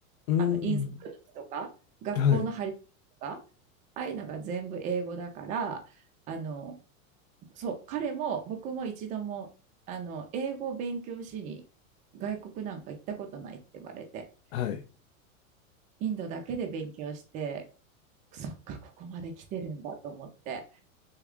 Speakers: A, on the left; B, on the right.
A: うーん、
B: あの、インスタとか、学校の張り紙とか、
A: はい、
B: ああいうのが全部英語だから、あの、そう、彼も僕も一度も、あの、英語を勉強しに外国なんか行ったことないって言われて、
A: はい。
B: インドだけで勉強して、そっか、ここまで来てるんだと思って、